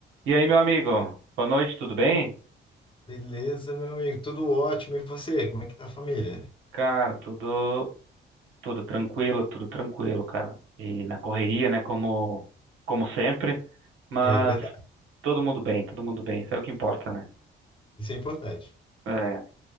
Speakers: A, on the right; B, on the left.
A: E aí, meu amigo? Boa noite, tudo bem?
B: Beleza, meu amigo, tudo ótimo. E você, como é que tá a família?
A: Cara, tudo tudo tranquilo, tudo tranquilo, cara. E na correria, né, como como sempre, mas
B: É verdade,
A: todo mundo bem, todo mundo bem, isso é o que importa, né?
B: isso é importante.
A: É.